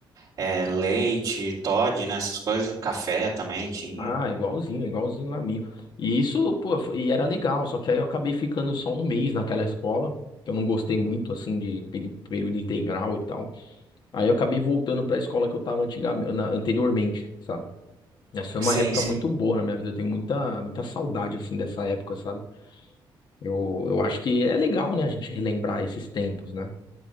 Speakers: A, on the right; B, on the left.
A: é, leite, Toddy, né, essas coisas, café também tinha.
B: Ah, igualzinho, igualzinho na minha. E isso, pô, foi- e era legal, só que aí eu acabei ficando só um mês naquela escola, que eu não gostei muito, assim, de peri- período integral e tal. Aí eu acabei voltando pra escola que eu tava antigamente, anteriormente, sabe? Essa foi
A: Sim,
B: uma época
A: sim.
B: muito boa na minha vida, eu tenho muita, muita saudade, assim, dessa época, sabe? Eu, eu acho que é legal, né, a gente relembrar esses tempos, né?